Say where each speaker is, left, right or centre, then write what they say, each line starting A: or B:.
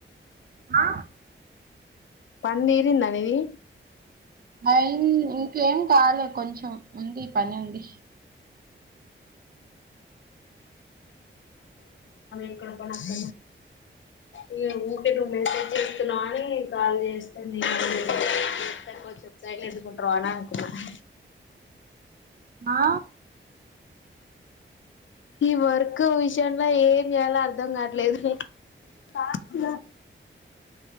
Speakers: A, on the right; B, on the left.
A: ఆ
B: పండీరిందనేది
A: అయి ఇంకేం కావాలి కొంచెం ఉంది పని ఉంది
B: ఇక్కడ కూడాక్క ఇ ఊకే నువ్వు మెసేజ్ చేస్తున్నావు అని కాల్ చేస్తాబ్సైట్ ఎదుకుంట్ర అని అనుకున్నాను
A: ఆ
B: ఈ వర్క్ విషయంలో ఏమి ఎాల అర్ధం కాట్లేదు టాస్క్లో